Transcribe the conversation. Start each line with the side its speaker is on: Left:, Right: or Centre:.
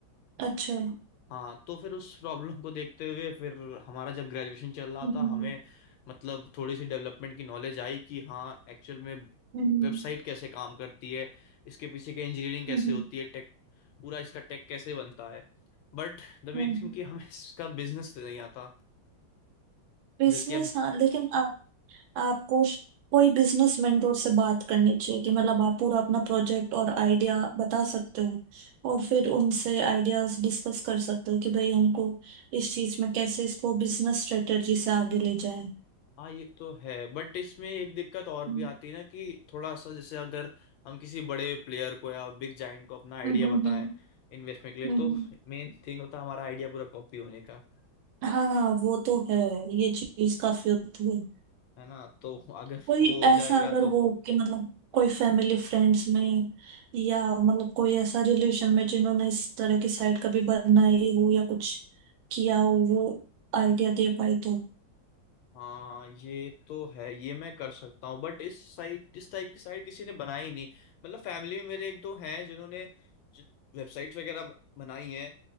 Right: अच्छा
Left: हाँ तो फिर उस प्रॉब्लम को देखते हुए फिर हमारा जब ग्रेजुएशन चल रहा
Right: हम्म
Left: था हमें मतलब थोड़ी सी डेवलपमेंट की नॉलेज आई कि हाँ एक्चुअल में
Right: हम्म
Left: वेबसाइट कैसे काम करती है इसके पीछे की इंजीनियरिंग कैसे
Right: हम्म
Left: होती है पूरा इसका टेक कैसे बनता है बट द मेन
Right: हम्म
Left: थिंग कि हमें इसका बिजनेस नहीं आता
Right: बिजनेस
Left: जबकि अब
Right: हाँ लेकिन आपको उस- कोई बिजनेस मेंटोर से बात करनी चाहिए कि मतलब आप पूरा अपना प्रोजेक्ट और आइडिया बता सकते हो और फिर उनसे आइडियाज डिस्कस कर सकते हो कि भाई हमको इस चीज में कैसे इसको बिजनेस स्ट्रेटेजी से आगे ले जाए
Left: हाँ ये तो है बट इसमें एक दिक्कत और
Right: हम्म
Left: भी आती है ना कि थोड़ा सा जैसे अगर हम किसी बड़े प्लेयर को या बिग जाइंट को अपना आइडिया
Right: हम्म
Left: बताएं
Right: हम्म
Left: इन्वेस्टमेंट के लिए
Right: हम्म,
Left: तो
Right: हम्म।
Left: मेन थिंग होता है हमारा आइडिया पूरा कॉपी होने का
Right: हाँ वो तो है ये चीज काफी होती है
Left: है ना तो अगर
Right: कोई
Left: वो हो
Right: ऐसा
Left: जाएगा
Right: अगर
Left: तो
Right: हो कि मतलब कोई फैमिली फ्रेंड्स में या मतलब कोई ऐसा रिलेशन में जिन्होंने इस तरह की साइट कभी बनाई हो या कुछ किया हो वो आइडिया दे पाई तो
Left: हाँ ये तो है ये मैं कर सकता हूँ बट इस साइट इस टाइप की साइट किसी ने बनाई नहीं मतलब फैमिली में मेरे एक दो हैं जिन्होंने वेबसाइट वगैरह ब- बनाई हैं